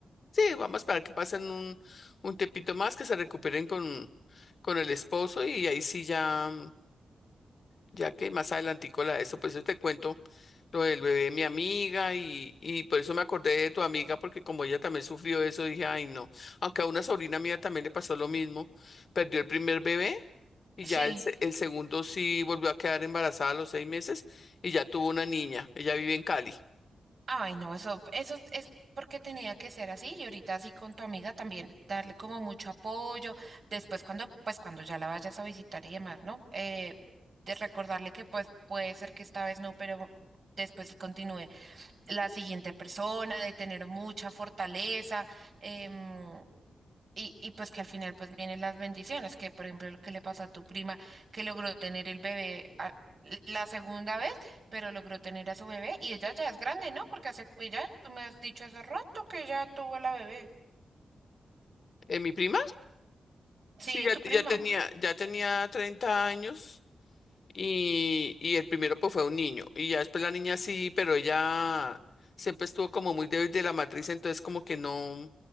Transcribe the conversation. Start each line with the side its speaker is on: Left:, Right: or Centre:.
Left: Sí, vamos a esperar que pasen un, un tiempito más, que se recuperen con, con el esposo y ahí sí ya, mm, ya que más adelantico la de eso, pues yo te cuento lo del bebé de mi amiga y, y por eso me acordé de tu amiga, porque como ella también sufrió eso, dije, ay no, aunque a una sobrina mía también le pasó lo mismo, perdió el primer bebé y
Right: Sí.
Left: ya el, se- el segundo sí volvió a quedar embarazada a los seis meses y ya tuvo una niña, ella vive en Cali.
Right: Ay, no, eso, eso es porque tenía que ser así y ahorita así con tu amiga también darle como mucho apoyo. Después cuando, pues cuando ya la vayas a visitar y demás, ¿no? Eh, de recordarle que pues puede ser que esta vez no, pero después sí continúe la siguiente persona, de tener mucha fortaleza. em, y, y pues que al final pues vienen las bendiciones, que por ejemplo lo que le pasa a tu prima, que logró tener el bebé a- la segunda vez, pero logró tener a su bebé y ella ya es grande, ¿no? Porque hace, ella, tú me has dicho hace rato que ya tuvo la bebé.
Left: ¿Eh, mi prima?
Right: Sí,
Left: Sí, ya,
Right: tu
Left: te-
Right: prima.
Left: ya tenía, ya tenía 30 años. Y, y el primero pues fue un niño. Y ya después la niña sí, pero ella siempre estuvo como muy débil de la matriz, entonces como que no,